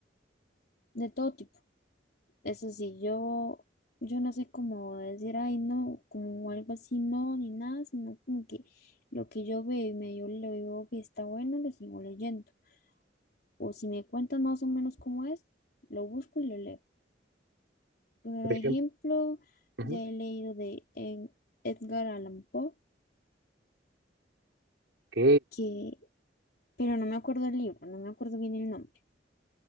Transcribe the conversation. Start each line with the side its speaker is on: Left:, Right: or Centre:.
Left: de todo tipo. Eso sí, yo, yo no soy como de decir, ay, no, como algo así, no, ni nada, sino como que lo que yo veo y medio le digo que está bueno, lo sigo leyendo. O si me cuentan más o menos cómo es, lo busco y lo leo. Por
Right: Por ejemplo.
Left: ejemplo,
Right: Ujú.
Left: ya he leído de Ed- Edgar Allan Poe,
Right: Ok,
Left: que, pero no me acuerdo el libro, no me acuerdo bien el nombre.